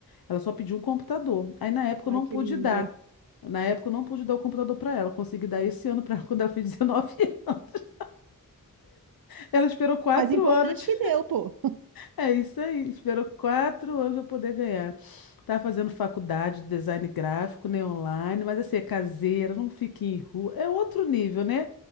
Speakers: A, on the left; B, on the right.
A: Ela só pediu um computador. Aí na época
B: Ai,
A: eu não pude
B: que linda.
A: dar. Na época eu não pude dar o computador pra ela. Eu consegui dar esse ano pra ela <laughs> quando ela fez 19 anos. Ela esperou quatro
B: Mas importante
A: anos
B: que deu, pô.
A: É isso aí. Esperou quatro anos para poder ganhar. Tá fazendo faculdade de design gráfico, né, online, mas assim, é caseira, não fica em rua. É outro nível, né?